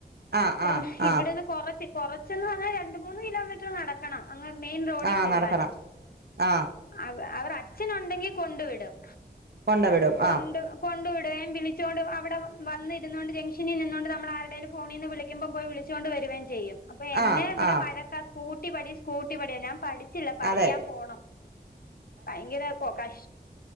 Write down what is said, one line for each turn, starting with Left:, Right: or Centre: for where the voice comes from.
Right: ആഹ്
Left: അപ്പ
Right: ആഹ് ആഹ്
Left: ഇവിടെന്ന് കൊറച് കൊറച്ന്ന് പ അഹ് രണ്ട് മൂന്ന് കിലോമീറ്റർ നടക്കണം അങ് മെയിൻ റോഡിൽ
Right: ആഹ്
Left: പോകാന്
Right: നടക്കണം ആഹ്
Left: അവ അവർ അച്ഛനുണ്ടെങ്കി കൊണ്ടു വിടും
Right: കൊണ്ട് വിടും
Left: കൊണ്ട്
Right: ആഹ്
Left: കൊണ്ടുവിടുകയും വിളിച്ചോണ്ട് അവിടെ വന്നിരുന്നോണ്ട് ജംഗ്ഷനിൽ നിന്നോണ്ട് നമ്മൾ ആരുടെേലും ഫോണിന്ന് വിളിക്കുമ്പോം പോയി വിളിച്ചു ച്ചോണ്ട് വരുവേം ചെയ്യും അപ്പൊ എന്നെ
Right: ആഹ്
Left: ഇവിടെ
Right: ആഹ്
Left: വഴക്കാ സ്കൂട്ടി പടി സ്കൂട്ടി പടി ഞാൻ പഠി ച്ചില്ല പഠിക്കാൻ
Right: അതെ
Left: പോണം ഭയങ്കര കൊ കഷ